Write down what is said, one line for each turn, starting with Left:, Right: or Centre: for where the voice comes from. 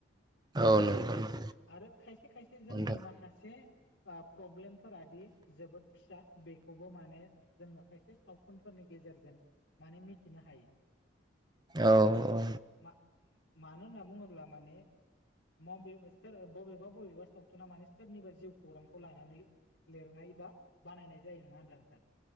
Right: औ नंगौ
Left: आरो खायसे खायसे जोंनि
Right: नोंथां
Left: माखासे ओ प्रब्लेमफोरादि जोबोद फिसा बेखौबो माने जोङो खायसे सावथुनफोरनि गेजेरजों माने मिथिनो हायो।
Right: औ औ।
Left: मा मानो होनना बुङोब्ला माने माबेबा सोर बबेबा बबेबा सावथुना माने सोरनिबा जिउ खौरांखौ लानानै लिरनाय बा बानायनाय जायो नङा होनब्ला नोंथां?